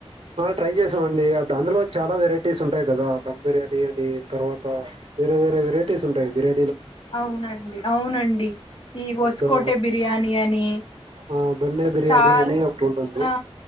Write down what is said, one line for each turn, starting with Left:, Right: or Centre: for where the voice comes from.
Right: ఆ ట్రై చేసామండి దా అందులో చాలా వెరైటీస్ ఉంటాయి కదా దధమ్ బిర్యానీ అని తర్వాత వేరే వేరే వెరైటీస్ ఉంటాయి బిర్యా
Left: అవునండి అవునండి ఈ వసుకోటె
Right: దా
Left: బిర్యాని అని
Right: ఆ దొన్నె బిర్యానీ
Left: చాల్
Right: అని ఒకటుంటుంది
Left: ఆ